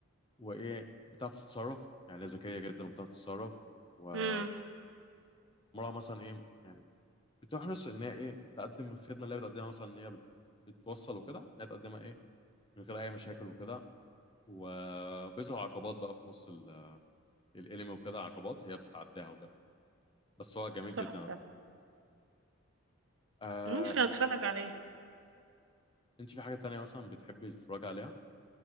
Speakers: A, on the left; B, on the right.
A: وايه بتعرف تتصرف يعني ذكية جدا وبتعرف تتصرف وعمرها
B: امم
A: مثلا ايه يعني بتحرص ان هي ايه تقدم الخدمة اللي هي بتقدمها مثلا ان هي بت... بتوصل وكده ان هي تقدمها ايه من غير اي مشاكل وكده وبيظهر عقبات بقى في نص ال- الانمي وكده عقبات هي بتتعداها وكده بس هو جميل
B: تحفة
A: جدا آه
B: ممكن اتفرج عليه
A: انت في حاجة تانية مثلا بتحبي تتفرجي عليها؟